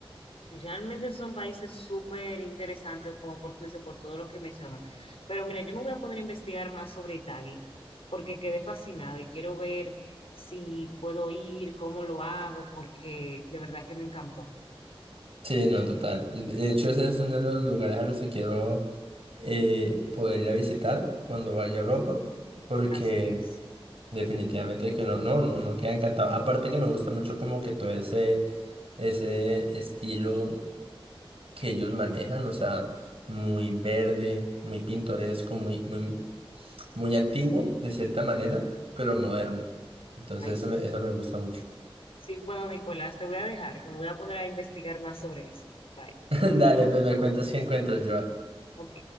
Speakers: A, on the left; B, on the right.
A: Y Realmente son países súper interesantes, como por tú dices, por todo lo que mencionas. Pero mira, yo me voy a poner a investigar más sobre Italia, porque quedé fascinada y quiero ver si puedo ir, cómo lo hago, porque de verdad que me encantó.
B: Sí, no, total. Yo- De hecho, ese es uno de los lugares a los que quiero eh, poder ir a visitar cuando vaya a Europa, porque
A: Así es.
B: definitivamente que uno, no, no, uno queda encantado. Aparte que me gusta mucho como que todo ese, ese estilo que ellos manejan, o sea, muy verde, muy pintoresco, muy, muy, muy antiguo de cierta manera, pero moderno. Entonces
A: Ay,
B: eso
A: sí,
B: me, eso me gusta mucho.
A: Sí, bueno, Nicolás, te voy a dejar, que me voy a poner a investigar más sobre eso. Bye.
B: <laughs> Dale, pues me cuentas qué encuentras, Joa.
A: Ok.